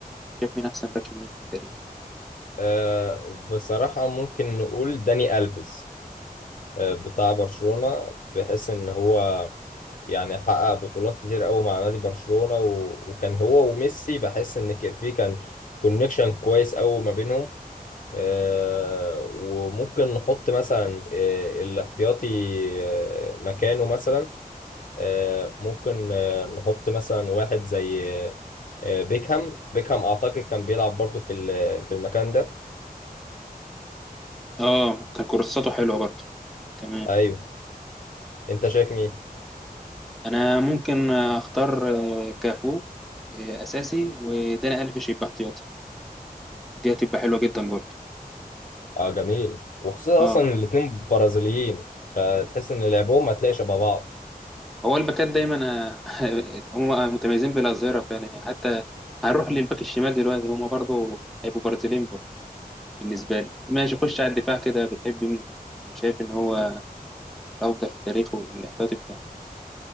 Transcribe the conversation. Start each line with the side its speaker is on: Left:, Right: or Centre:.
Centre: شايف مين احسن باك يمين في التاريخ
Left: آه، بصراحة ممكن نقول داني ألفيس آه، بتاع برشلونة بحيث إن هو يعني حقق بطولات كتير قوي مع نادي برشلونة و... وكان هو وميسي بحس ان ك- في كان كونكشن كويس قوي ما بينهم آه وممكن نحط مثلا آه الاحتياطي آه مكانه مثلا آه ممكن آه نحط مثلا واحد زي آه بيكهام بيكهام اعتقد كان بيلعب برضو في ال- في المكان ده
Centre: اه كان كورساته حلوه برضه تمام
Left: ايوه انت شايف مين
Centre: انا ممكن آه، اختار آه، كافو آه، اساسي وداني الفيش يبقى احتياطي دي هتبقى حلوه جدا برضه
Left: اه جميل وخصوصا
Centre: اه
Left: اصلا الاتنين برازيليين فتحس ان لعبهم هتلاقي شبه بعض
Centre: هو الباكات دايما آه، <laughs> هم متميزين بالاظهره فعلا يعني حتى هنروح للباك الشمال دلوقتي هم برضو هيبقوا برازيليين برضو بالنسبه لي ماشي خش على الدفاع كده بتحب مين شايف ان هو الافضل في تاريخه الاحتياطي بتاعه